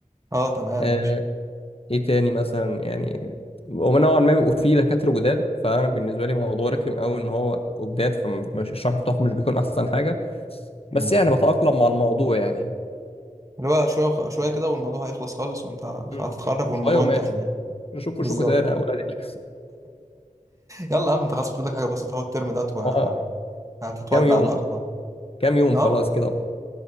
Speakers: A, on the right; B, on the left.
A: اه تمام
B: آه،
A: ماشي
B: إيه تاني مثلا يعني هما نوعا ما بيبقوا فيه دكاترة جداد فأنا بالنسبة لي موضوع رخم أوي إن هو بيبقوا جداد فالشرح بتاعهم مش بيكون أحسن حاجة بس
A: امم
B: يعني بتأقلم مع الموضوع يعني
A: اللي هو شوية وخ- شوية كده والموضوع هيخلص خالص وانت
B: مم.
A: هتتخرج والموضوع
B: شوية وماشي
A: انتهى يعني.
B: شوفوا
A: بالظبط
B: شو تاني يا أولادي <laughs>
A: يلا يا عم انت خلاص فاضل لك حاجه بسيطه اهو الترم دوت
B: آه
A: وهتتودع
B: كام يوم
A: بقى خلاص
B: كام يوم
A: اه
B: خلاص كده